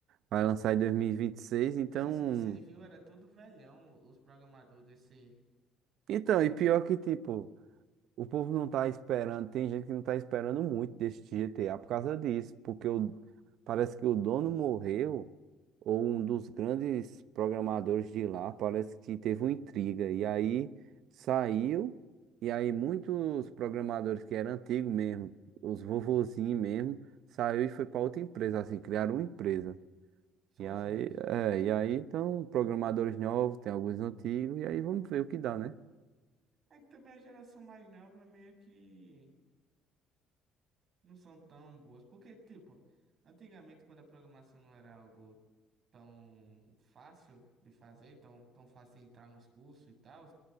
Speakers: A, on the right (about 70°); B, on the right (about 50°).
A: Vai lançar em 2026 então.
B: Não sei se você viu, era tudo velhão os programadores desse
A: Então, e pior que, tipo. O povo não tá esperando, tem gente que não tá esperando muito desse GTA por causa disso, porque o, parece que o dono morreu, ou um dos grandes programadores de lá, parece que teve uma intriga, e aí saiu, e aí muitos programadores que eram antigos mesmo, os vovozinhos mesmo, saiu e foi para outra empresa, assim, criaram uma empresa.
B: sozinhos.
A: E aí, é, e aí então, programadores novos, tem alguns antigos, e aí vamos ver o que dá, né?
B: É que também a geração mais nova meio que não são tão boas, porque tipo, antigamente quando a programação não era algo tão fácil de fazer, tão tão fácil de entrar nos cursos e tal,